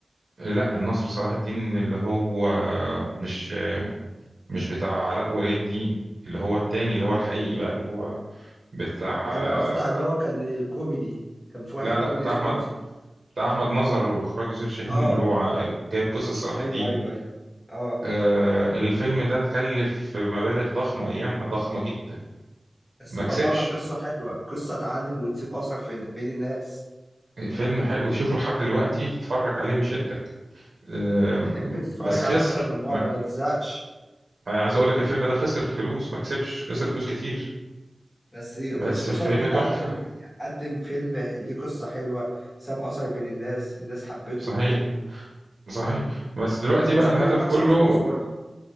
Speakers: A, on the right; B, on the left.
A: لا الناصر صلاح الدين اللي هو مش مش بتاع علاء ولي الدين اللي هو التاني اللي هو الحقيقي بقى اللي هو بتاع
B: لا، انا
A: آه
B: قصدي على اللي هو كان كوميدي كان في واحد
A: لا
B: كوميدي
A: لا بتاع
B: اسمه
A: احمد
B: الناصر
A: بتاع احمد مظهر واخراج يوسف شاهين
B: اه
A: اللي هو جايب قصة صلاح
B: ايوه
A: الدين
B: ايوه ايوه اه
A: آه الفيلم ده اتكلف مبالغ ضخمة ايامها ضخمة جدا
B: بس
A: ما
B: تطلع
A: كسبش
B: لك قصه حلوه قصه تعلم وتسيب اثر في بين الناس
A: فيلم حلو تشوفه لحد دلوقتي تتفرج عليه ويشدك أم،
B: تحب تتفرج
A: بس خسر
B: على اكتر من مره
A: ما
B: ما تزهقش
A: يعني عايز اقول لك الفيلم ده خسر فلوس ما كسبش خسر فلوس كتير
B: بس
A: بس
B: قصاد
A: فيلم
B: كده
A: تحفة
B: قدم قدم فيلم ليه قصه حلوه ساب اثر بين الناس الناس حبته
A: صحيح
B: كده
A: صحيح بس دلوقتي
B: يعني مش
A: بقى الهدف
B: كل المكسب
A: كله
B: فلوس برضه